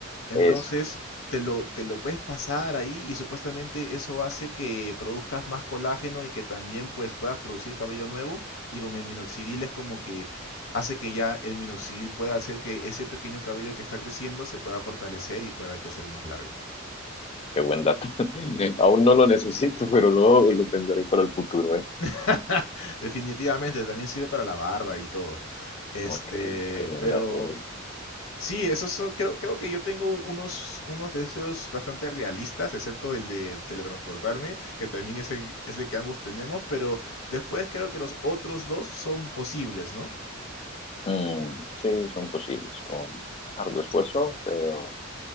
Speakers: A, on the left; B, on the left.
A: Entonces,
B: eso,
A: te lo, te lo puedes pasar ahí y supuestamente eso hace que produzcas más colágeno y que también pues puedas producir cabello nuevo. Y con el minoxidil es como que hace que ya el minoxidil pueda hacer que ese pequeño cabello que está creciendo se pueda fortalecer y pueda crecer más largo.
B: qué buen dato. <laughs> Aún no lo necesito, pero luego lo pensaré para el futuro, ¿eh?
A: <laughs> Definitivamente, también sirve para la barba y todo. Este,
B: Ok, qué buen
A: pero
B: dato.
A: sí, esos son, creo, creo que yo tengo unos, unos deseos bastante realistas, excepto el de teletransportarme, que también es el, es el que ambos tenemos, pero después creo que los otros dos son posibles, ¿no?
B: Mm, sí, son posibles con arduo esfuerzo, pero